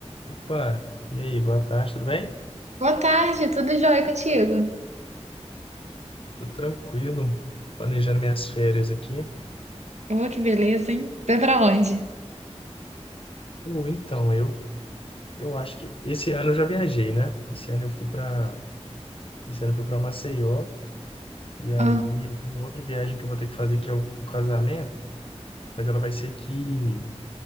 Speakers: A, on the left; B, on the right.
A: Opa, e aí, boa tarde, tudo bem?
B: Boa tarde, tudo jóia contigo?
A: Tudo tranquilo, planejando minhas férias aqui.
B: Oh, que beleza, hein? Vai pra onde?
A: Ou então, eu eu acho que esse ano eu já viajei, né? Esse ano eu fui para esse ano eu fui para Maceió e aí
B: Ah,
A: eu tenho outra viagem que eu vou ter que fazer que é o, o casamento, mas ela vai ser aqui,